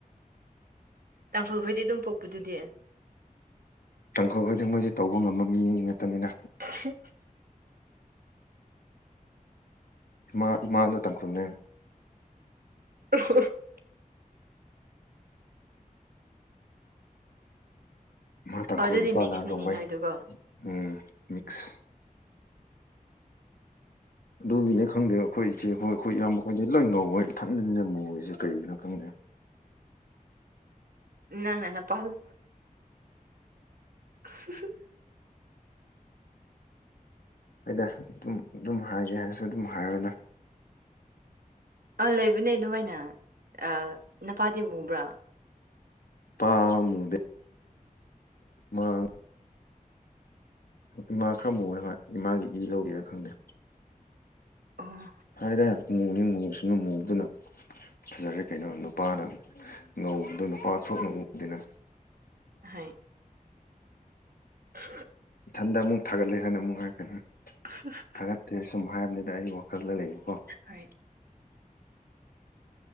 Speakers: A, on the right; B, on the left.
A: ꯇꯥꯡꯈꯨꯜ ꯈꯣꯏꯗꯤ ꯑꯗꯨꯝ ꯄꯣꯛꯄꯗꯨꯗꯤ
B: ꯇꯥꯡꯈꯈꯩꯗꯤ ꯃꯣꯏꯗꯤ ꯇꯧꯕ ꯉꯝꯕ ꯃꯤ ꯅꯠꯇꯅꯤꯅ
A: <unintelligible>
B: ꯏꯃꯥ ꯏꯃꯥꯗ ꯇꯥꯡꯈꯨꯜꯅꯦ
A: <unintelligible>
B: ꯃꯥ ꯇꯥꯡꯈꯨꯜ
A: ꯑꯣ ꯑꯗꯨꯗꯤ
B: ꯏꯄꯥꯅ
A: ꯃꯤꯛꯁꯅꯤꯅꯦ
B: ꯔꯣꯡꯃꯩ
A: ꯅꯣꯏꯗꯨꯒꯣ
B: ꯎꯝ ꯃꯤꯛꯁ ꯑꯗꯨꯒꯤꯅꯦ ꯈꯪꯗꯦ ꯑꯩꯈꯣꯏꯁꯦ ꯍꯣꯏ ꯑꯩꯈꯣꯏ ꯏꯌꯥꯝ ꯃꯈꯈꯣꯏꯗꯤ ꯂꯣꯏ ꯉꯧꯋꯦ ꯏꯊꯟ ꯏꯟꯅ ꯃꯨꯔꯤꯁꯦ ꯀꯔꯤꯒꯤꯅꯣ ꯈꯪꯗꯦ
A: ꯅꯪꯅ ꯅꯄꯥꯂꯣ <unintelligible>
B: ꯑꯩꯗ ꯑꯗꯨꯝ ꯑꯗꯨꯝ ꯍꯥꯏꯒꯦ ꯍꯥꯏꯔꯁꯨ ꯑꯗꯨꯝ ꯍꯥꯏꯔꯅꯨ
A: ꯑꯥ ꯂꯩꯕꯅꯦ ꯑꯗꯨꯃꯥꯏꯅ ꯑꯥ ꯅꯀꯥꯗꯤ ꯃꯨꯕ꯭ꯔꯥ
B: ꯄꯥꯃꯨꯗ ꯃꯥꯥꯡ ꯏꯃꯥ ꯈꯔ ꯃꯨ ꯍꯥꯏꯦ ꯏꯃꯥꯒꯤ ꯏ ꯂꯧꯔꯤꯔꯥ ꯈꯪꯗꯦ
A: ꯑꯣ
B: ꯍꯥꯏꯔꯦ ꯃꯨꯅꯤ ꯃꯨꯁꯨ ꯃꯨꯗꯅ ꯐꯖꯔꯦ ꯀꯩꯅꯣ ꯅꯨꯄꯥꯅ ꯉꯧꯕꯗꯨ ꯅꯨꯄꯥ ꯊꯣꯛꯅ ꯎꯗꯦꯅ
A: ꯑꯍꯩ ꯎ <inaudible>
B: ꯊꯟꯗ ꯑꯃꯨꯛ ꯊꯥꯒꯠꯂꯦ ꯍꯥꯏꯅ ꯑꯃꯨꯛ ꯍꯥꯏꯔꯛꯀꯅꯤ
A: <unintelligible>
B: ꯊꯥꯒꯠꯇꯦ ꯁꯨꯝ ꯍꯥꯏꯕꯅꯤꯗ ꯑꯩ ꯋꯥꯈꯜꯗ ꯂꯩꯕꯀꯣ
A: ꯑꯥꯏꯠ